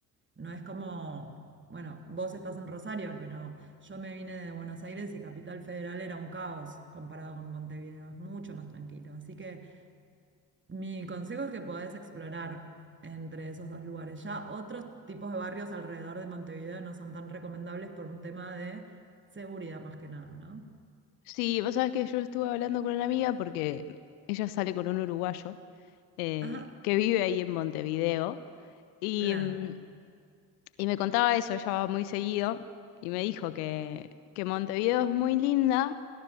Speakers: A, on the right; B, on the left.
A: No es como, bueno, vos estás en Rosario, pero yo me vine de Buenos Aires y Capital Federal era un caos comparado con Montevideo. Es mucho más tranquilo. Así que mi consejo es que podés explorar entre esos dos lugares. Ya otros tipos de barrios alrededor de Montevideo no son tan recomendables por un tema de seguridad más que nada, ¿no?
B: sí, vos sabés que yo estuve hablando con una amiga porque ella sale con un uruguayo eh,
A: Ajá,
B: que vive ahí en Montevideo y,
A: claro.
B: mm, y me contaba eso, ella va muy seguido y me dijo que, que Montevideo es muy linda